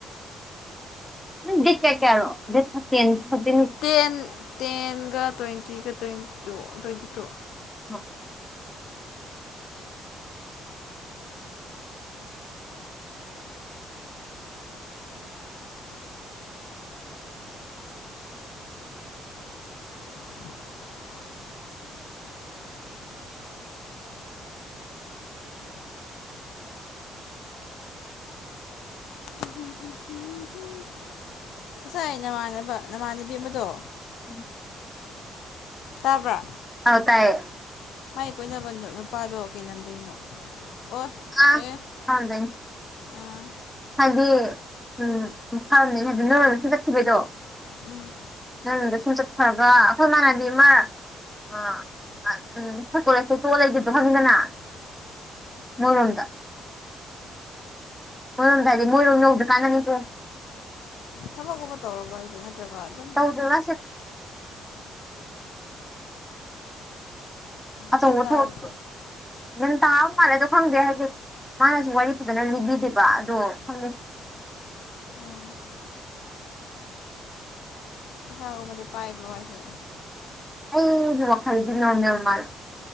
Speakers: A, in the centre; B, on the left.
A: ꯅꯪ ꯗꯦꯠ ꯀꯌꯥ ꯀꯌꯥꯔꯣ <unintelligible>
B: ꯇꯦꯟ ꯇꯦꯟꯒ ꯇ꯭ꯋꯦꯟꯇꯤꯒ ꯇ꯭ꯋꯦꯟ ꯇꯨ ꯇ꯭ꯋꯦꯟꯇꯤ ꯇꯨ
A: <inaudible>
B: <inaudible> <unintelligible> ꯉꯁꯥꯏ ꯅꯃꯥꯟꯅꯕ ꯅꯃꯥꯟꯅꯕꯤ ꯑꯃꯗꯣ
A: ꯎꯝ
B: ꯇꯥꯕ꯭ꯔꯥ
A: ꯑꯧ ꯇꯥꯏꯌꯦ
B: ꯃꯥꯏ ꯀꯣꯏꯅꯕꯗꯣ ꯅꯨꯄꯥꯗꯣ ꯀꯩ ꯂꯝꯗꯩꯅꯣ ꯑꯣ
A: ꯑꯥ
B: ꯑꯦ
A: ꯈꯪꯗꯦꯅꯦ
B: ꯑꯥ
A: ꯍꯥꯏꯗꯤ ꯎꯝ ꯃꯈꯥꯅꯦ ꯍꯥꯏꯗꯤ ꯅꯪꯁꯨ ꯆꯠꯈꯤꯕꯩꯗꯣ
B: ꯎꯝ
A: ꯅꯪꯗꯤ ꯁꯣꯝ ꯆꯠꯈ꯭ꯔꯒ ꯑꯩꯈꯣꯏ ꯏꯃꯥꯟꯅꯕꯤ ꯑꯃꯥ ꯑꯥ ꯎꯝ ꯑꯈꯣꯏ ꯀꯣꯂꯦꯁꯇꯩ ꯇꯣꯛꯑꯒ ꯂꯩꯒꯤꯕꯗꯣ ꯈꯪꯉꯤꯗꯅ ꯃꯣꯏꯔꯣꯝꯗ ꯃꯣꯏꯔꯣꯝ ꯍꯥꯏꯗꯤ ꯃꯣꯏꯔꯣꯝ ꯌꯧꯗ꯭ꯔꯤ ꯀꯥꯟꯗꯅꯤ ꯀꯣ
B: ꯊꯥꯕꯛꯀꯨꯝꯕ ꯇꯧꯔꯕ ꯍꯥꯏꯁꯦ ꯅꯠꯇ꯭ꯔꯒ ꯑꯗꯨꯝ
A: ꯇꯧꯗꯦꯗ <unintelligible> ꯑꯆꯧꯕ
B: ꯒ꯭ꯌꯥꯟ ꯇꯥꯕ꯭ꯔꯣ
A: ꯊꯥꯕꯛ ꯒ꯭ꯌꯥꯟ ꯇꯥꯕ ꯃꯥꯜꯂꯦ ꯑꯗꯣ ꯈꯪꯗꯦ ꯍꯥꯏꯗꯤ ꯃꯥꯅꯁꯨ ꯋꯥꯔꯤ ꯐꯖꯅ ꯂꯤꯕꯤꯗꯦꯕ ꯑꯗꯣ ꯈꯪꯗꯦ
B: <inaudible> ꯄꯩꯁꯥꯒꯨꯝꯕꯗꯤ ꯄꯥꯏꯕ꯭ꯔꯣ ꯍꯥꯏꯁꯦ꯫
A: ꯑꯩꯒꯤ ꯋꯥꯈꯜꯗꯤ ꯅꯣꯔꯃꯦꯜ ꯃꯥꯜꯂꯦ꯫